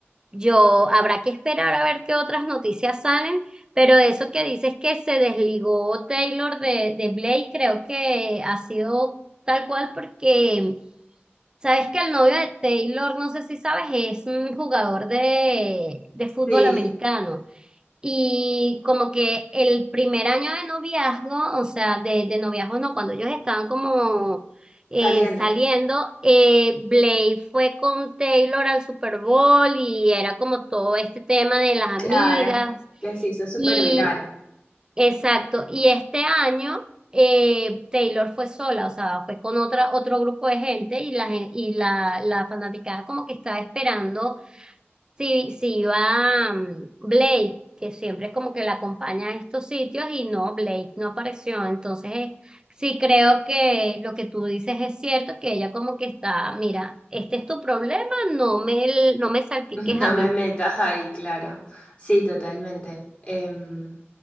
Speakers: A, on the right; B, on the left.
A: yo habrá que esperar a ver qué otras noticias salen, pero eso que dices que se desligó Taylor de, de Blake, creo que ha sido tal cual porque sabes que el novio de Taylor, no sé si sabes, es un jugador de, de fútbol
B: Sí,
A: americano. Y como que el primer año de noviazgo, o sea, de, de noviazgo no, cuando ellos estaban como eh,
B: saliendo.
A: saliendo, eh, Blake fue con Taylor al Super Bowl y era como todo este tema de las amigas.
B: Claro, que se hizo súper
A: Y
B: viral.
A: exacto, y este año eh, Taylor fue sola, o sea, fue con otra, otro grupo de gente y la, gen- y la, la fanaticada como que estaba esperando si, si iba mm, Blake, que siempre como que la acompaña a estos sitios y no, Blake no apareció. Entonces, eh, sí creo que lo que tú dices es cierto, que ella como que está, mira, este es tu problema, no me, no me salpiques
B: <laughs> No
A: a
B: me
A: mí.
B: metas ahí, claro. Sí, totalmente. Em,